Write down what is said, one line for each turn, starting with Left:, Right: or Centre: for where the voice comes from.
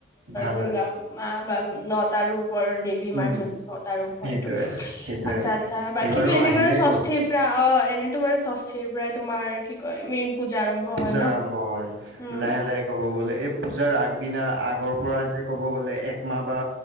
Right: ভাল
Left: দুৰ্গা
Right: হয়
Left: মা বা নটা ৰূপ ৰ দেৱী
Right: উম
Left: মাৰ যোনটো নটা ৰূপ হয়
Right: সেইটোয়ে
Left: এইটো
Right: সেইটোয়ে
Left: আচ্ছা আচ্ছা বাকী
Right: এইবাৰো
Left: এনে
Right: আহিলেই
Left: বাৰু ষষ্ঠিৰ
Right: ক'ব গ'লে
Left: পৰা অ', এনেইতো বাৰু ষষ্ঠিৰ পৰাই তোমাৰ কি কয় মেইন পূজা আৰম্ভ
Right: পূজা
Left: হয় ন
Right: আৰম্ভ হয়
Left: উম
Right: লাহে লাহে ক'ব গ'লে এই পূজাৰ আগদিনা আগৰ পৰা যে ক'ব গ'লে একমাহ বা